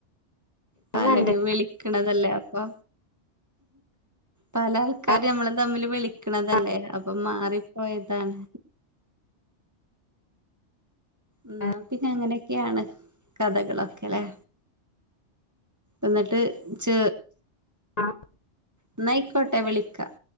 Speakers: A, on the right; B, on the left.
A: പലര്
B: കണ്ട്ക്ക്ണ്
A: വിളിക്കണതല്ലേ അപ്പ പല ആൾക്കാര്
B: ആഹ്
A: നമ്മള് തമ്മില് വിളിക്കണതല്ലേ
B: ആഹ്
A: അപ്പൊ മാറിപ്പോയതാണ് എന്നാ
B: ആഹ്
A: പിന്നെ അങ്ങനെയൊക്കെയാണ് കഥകളൊക്കെ അല്ലെ എന്നിട്ട് ച
B: ആഹ്
A: അന്നായിക്കോട്ടെ വിളിക്കാം